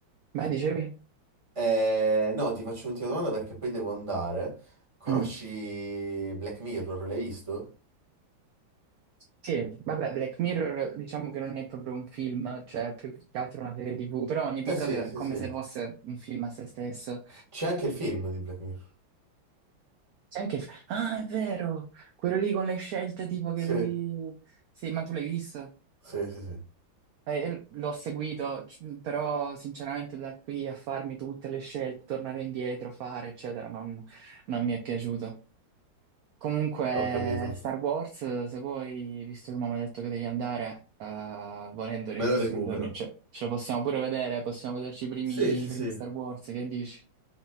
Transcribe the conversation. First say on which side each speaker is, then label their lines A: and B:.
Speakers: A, on the right; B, on the right.
A: Ma dicevi?
B: Eh, no, ti faccio un'ultima domanda perché poi devo andare. Conosci
A: Mm.
B: Black Mirror? L'hai visto?
A: Sì, vabbè, Black Mirror diciamo che non è proprio un film, cioè è più che altro una serie TV, però ogni episodio
B: Eh sì, sì,
A: è come
B: sì.
A: se fosse un film a se stesso.
B: C'è anche il film di Black Mirror.
A: Sai che... fa- Ah, è vero! Quello lì con le scelte tipo che
B: Sì,
A: devi... Sì, ma tu l'hai visto?
B: sì, sì, sì,
A: Eh, l'ho seguito, c- però sinceramente da qui a farmi tutte le scelte, tornare indietro, fare, eccetera, non, non mi è piaciuto. Comunque,
B: ho capito.
A: Star Wars, se vuoi, visto che mamma ha detto che devi andare, eh, volendo nei
B: Me
A: prossimi
B: lo recupero.
A: giorni, ce ce lo possiamo pure vedere, possiamo vederci i primi,
B: Sì, sì,
A: i primi
B: sì,
A: Star Wars, che dici?